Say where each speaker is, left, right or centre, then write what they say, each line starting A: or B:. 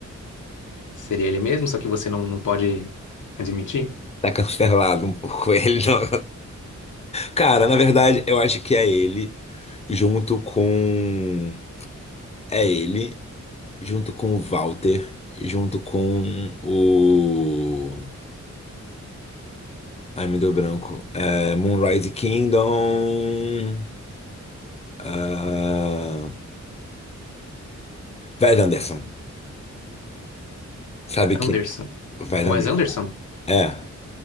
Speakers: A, on the left (about 85°); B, on the left (about 20°).
A: Seria ele mesmo, só que você não, não pode admitir?
B: tá cancelado um pouco <laughs> ele, não. Cara, na verdade, eu acho que é ele, junto com. É ele, junto com o Walter, junto com o. Ai, me deu branco. É, Moonrise Kingdom. ah, Wes Anderson. Sabe
A: Anderson.
B: Vai
A: Wes
B: dar nessa.
A: Anderson?
B: É.